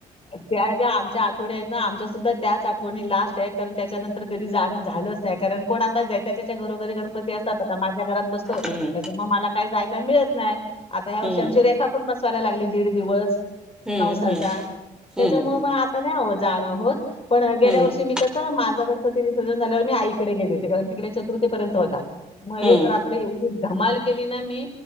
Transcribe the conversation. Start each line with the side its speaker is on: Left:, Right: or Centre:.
Left: त्या ज्या आमच्या आठवणी आहेत ना आमच्या सुद्धा त्याच आठवणी लास्ट आहेत कारण त्याच्यानंतर कधी जाणं झालंच नाही कारण कोण आता जय त्या त्याच्या घरोघरी गणपती असतात आता माझ्या घरात बसतो
Centre: हम्म
Left: त्याच्यामुळ मला काय जायला मिळत नाही आता या वर्षी
Centre: हम्म
Left: आमची रेखा पण बसवायला लागली दीड दिवस
Centre: हम्म
Left: नवसाचा त्याच्यामुळ
Centre: हम्म
Left: म आता नाही अवो जाणं होत पण गेल्या
Centre: हम्म हम्म
Left: वर्षी मी कसं माझा गणपती विसर्जन झाल्यावर मी आईकडे गेली होती कारण तिकडे चतुर्थीपर्यंत होता म एक
Centre: हम्म
Left: रात्र एवढी धमाल केली ना मी